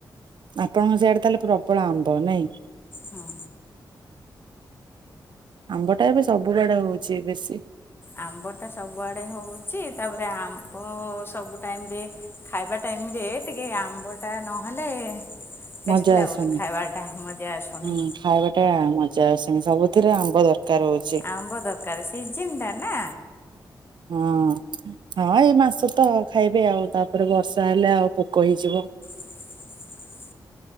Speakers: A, on the right; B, on the left.
A: ଆପଣଙ୍କ ସିଆଡେ ତାହେଲେ ପ୍ରବଳ ଆମ୍ବ ନାଇଁ?
B: ହଁ।
A: ଆମ୍ବ ଟା ଏବେ ସବୁଆଡେ ହଉଛି ବେଶୀ
B: ଆମ୍ବଟା ସବୁଆଡେ ହଉଛି ତାପରେ ଆମ୍ବ ସବୁ ଟାଇମରେ ଖାଇବା ଟାଇମ ରେ ଟିକେ ଆମ୍ବ ଟା ନହେଲେ ଟେଷ୍ଟି
A: ମଜା
B: ଲାଗୁନି
A: ଆସୁନି।
B: ଖାଇବାଟା ମଜା ଆସୁନି।
A: ହୁଁ ଖାଇବାଟା ମଜା ଆସୁନି ସବୁଥିରେ ଆମ୍ବ ଦରକାର ହଉଛି।
B: ଆମ୍ବ ଦରକାର ସିଜିନଟା ନା।
A: ହଁ। ହଁ ଏଇ ମାସ ତ ଖାଇବେ ଆଉ ତାପରେ ବର୍ଷା ହେଲେ ଆଉ ପୋକ ହେଇଯିବ।
B: <unintelligible>